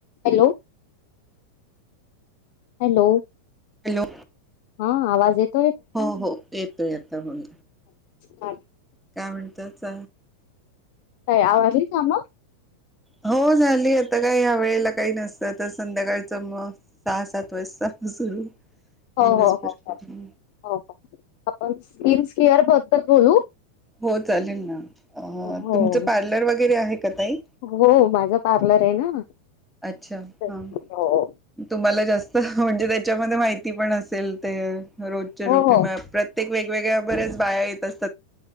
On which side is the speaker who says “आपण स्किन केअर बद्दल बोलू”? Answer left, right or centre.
Left